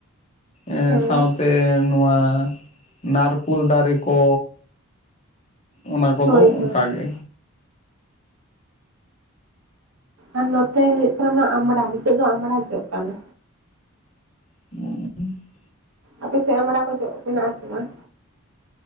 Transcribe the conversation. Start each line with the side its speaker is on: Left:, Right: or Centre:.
Left: ᱮ
Right: ᱦᱮᱸ,
Left: ᱥᱟᱶᱛᱮ ᱱᱚᱣᱟ ᱱᱟᱨᱠᱳᱞ ᱫᱟᱨᱮ ᱠᱚ ᱚᱱᱟ ᱠᱚᱫᱚ
Right: ᱦᱳᱭ ᱦᱳᱭ
Left: ᱚᱱᱠᱟ
Right: ᱦᱳᱭ᱾
Left: ᱜᱮ᱾
Right: ᱟᱨ ᱱᱚᱛᱮ ᱦᱩᱭᱩᱜ ᱠᱟᱱᱟ ᱚᱱᱟ ᱟᱢᱲᱟ ᱱᱤᱛᱳᱜ ᱫᱚ ᱟᱢᱲᱟ ᱡᱚᱜ ᱠᱟᱱᱟ᱾
Left: ᱚᱻ
Right: ᱟᱯᱮ ᱥᱮᱫ ᱟᱢᱲᱟ ᱠᱚ ᱡᱚᱜ ᱢᱮᱱᱟᱜᱼᱟ ᱥᱮ ᱵᱟᱝ?